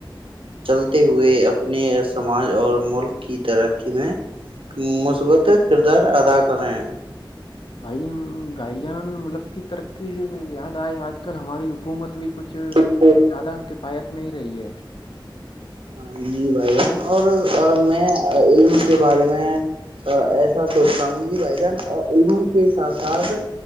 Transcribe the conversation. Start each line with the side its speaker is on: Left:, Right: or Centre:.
Right: چلتے ہوئے اپنے سماج اور ملک کی ترقی میں مثبت کردار ادا کریں
Left: بھائی بھائی جان ملک کی ترقی سے مجھے یاد آیا آج کل ہماری حکومت <unintelligible> بھی کچھ زیادہ
Right: تو
Left: کفایت نہیں رہی ہے
Right: ہاں جی بھائی جان اور میں علم کے بارے میں ایسا سوچتا ہوں کہ بھائی جان علم کے ساتھ ساتھ